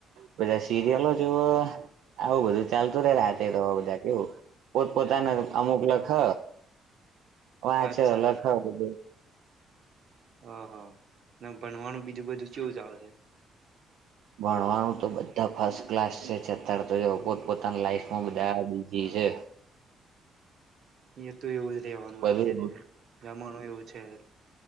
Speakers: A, on the right; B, on the right.
A: બા સીરયલો જોવો. આવું બધું ચાલતું રહેેતે તોવા બધા કેવું પોત પોતાના અમુક લખ વાંચો
B: અચ્છા
A: લખ બધું
B: ઓહા ભણવાનું બીજું બધું કેવું ચાલે છે?
A: ભણવાનું તો બધા ફર્સ્ટ ક્લાસ છે, છતાં તો પોત પોતાની લાઈફ માં બધા બિઝી છે.
B: એ તો એવું જ રેવાનું
A: બધું
B: અત્યારે રમણું એવું છે.